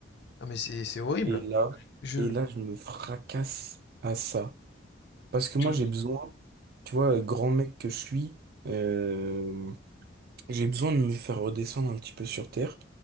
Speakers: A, on the left; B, on the right.
A: Ah, mais c'est c'est horrible,
B: Et là,
A: Jules.
B: et là, je me fracasse à ça. Parce que
A: Tu-
B: moi, j'ai besoin, tu vois, grand mec que je suis, euh, j'ai besoin de me faire redescendre un petit peu sur terre